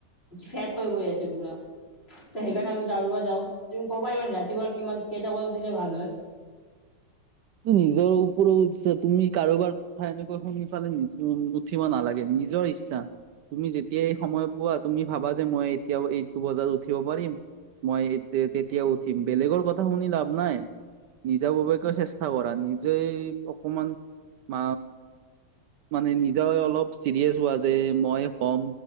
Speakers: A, on the left; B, on the right.
A: ফেট হৈ গৈ আছে পুৰা। ত, সেইকাৰণে
B: অ
A: আৰু দৌৰিব যাওঁ। তুমি ক'ব পাৰিবানে ৰাতিপুৱা কিমান কেইটা বজাত উঠিলে ভাল হয়।
B: নিজৰ ওপৰত ইচ্ছা তুমি কাৰোবাৰ কথা এনেকুৱা শুনি ফালে নি উঠিব নালাগে নিজৰ ইচ্ছা তুমি যেতিয়াই সময় পোৱা তুমি ভাবা যে মই এতিয়া এইটো বজাৰ উঠিব পাৰিম। মই, তেতিয়া উঠিম। বেলেগৰ কথা শুনি লাভ নাই। নিজা ববিয়াকৈ চেষ্টা কৰা। নিজেই অকমান ম মানে নিজে অলপ চিৰিয়াচ হোৱা যে মই হ'ম